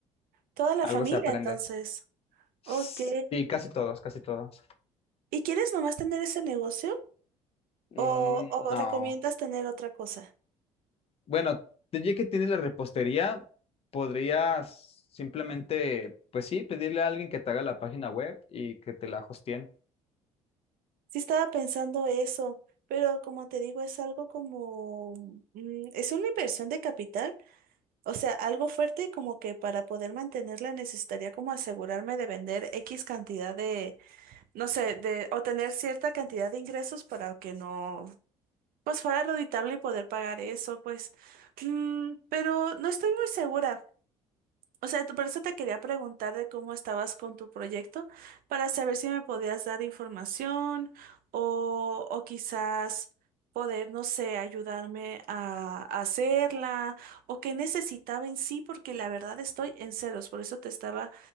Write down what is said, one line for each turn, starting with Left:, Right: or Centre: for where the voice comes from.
Right: Toda la
Left: algo
Right: familia,
Left: se aprende.
Right: entonces. Ok.
Left: Sí, casi todos, casi todos.
Right: ¿Y quieres nomás tener ese negocio? ¿O,
Left: Mm,
Right: o
Left: no.
Right: recomiendas tener otra cosa?
Left: Bueno, ya que tienes la repostería, podrías simplemente, pues sí, pedirle a alguien que te haga la página web y que te la hosteen.
Right: Sí estaba pensando eso, pero como te digo, es algo como... mm, es una inversión de capital, o sea, algo fuerte y como que para poder mantenerla necesitaría como asegurarme de vender X cantidad de, no sé, de, o tener cierta cantidad de ingresos para que no pues fuera reditable y poder pagar eso, pues. Mm, pero no estoy muy segura. O sea, por eso te quería preguntar de cómo estabas con tu proyecto, para saber si me podías dar información o, o quizás poder, no sé, ayudarme a, a hacerla o qué necesitaba en sí, porque la verdad estoy en ceros, por eso te estaba